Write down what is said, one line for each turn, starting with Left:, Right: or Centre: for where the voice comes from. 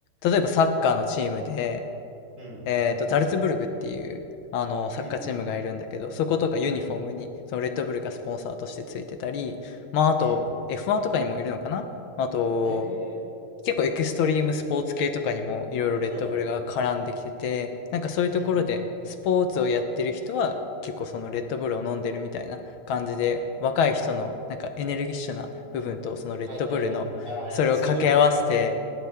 Left: 例えばサッカーのチームで、
Right: うん。
Left: えっと、ザルツブルグっていう、あの、サッカーチームがいるんだけど、
Right: うん
Left: そことかユニフォームに、
Right: うん。うん。
Left: そのレッドブルがスポンサーとしてついてたり、まあ、あと、
Right: うん。
Left: F1 とかにもいるのかなまあと、
Right: へえ。
Left: 結構エクストリームスポーツ系とかにもいろいろレッドブルが絡んできてて、
Right: そうだね。
Left: なんかそういうところでスポーツをやってる人は結構そのレッドブルを飲んでるみたいな感じで、
Right: うん。
Left: 若い人のなんかエネルギッシュな部分とそのレッドブルのそれを掛け合わせて、
Right: はいはいはいはい。ああ、やっぱそういう印象。